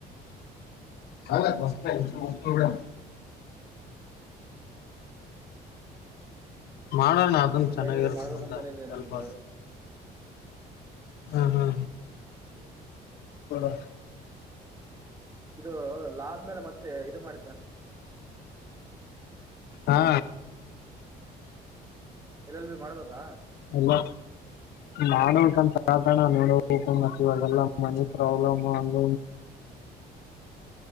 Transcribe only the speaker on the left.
ಚ ಮಸ್ತ ಇ <unintelligible> ಮಾಡಣ ಅದನ್
ಚೆನ್ನಾಗಿರುತ್ತ
ಮುಂದ
ಸ್ಲ್ಪ
ಹ್ಮ ಹಾ <unintelligible>
ಆಹ
ಅಲ್ಲ ನಾನು ಸ ತ ತಾಣ ನೋಡಬೇಕು ಮತ್ತ ಇವಾಗಲ್ಲ ಮನೆ ಪ್ರಾಬ್ಲಮ್ ಹಂಗ